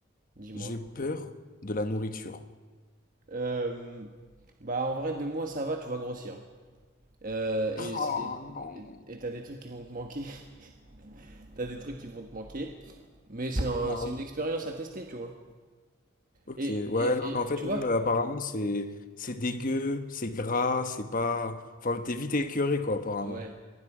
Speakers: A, on the right; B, on the left.
A: dis-moi.
B: J'ai peur de la nourriture.
A: Euh, bah en vrai, deux mois ça va, tu vas grossir. hein. Euh, et
B: Oh
A: et
B: non,
A: et- et t'as des trucs qui vont te manquer. <laughs> T'as des trucs qui vont te manquer. Mais c'est un,
B: on
A: c'est une
B: a.
A: expérience à tester, tu vois.
B: Ok,
A: Et,
B: ouais,
A: et,
B: non,
A: et
B: mais en fait,
A: tu vois?
B: même euh, apparemment, c'est c'est dégueu, c'est gras, c'est pas. Enfin, t'es vite écœuré, quoi, apparemment.
A: Ouais.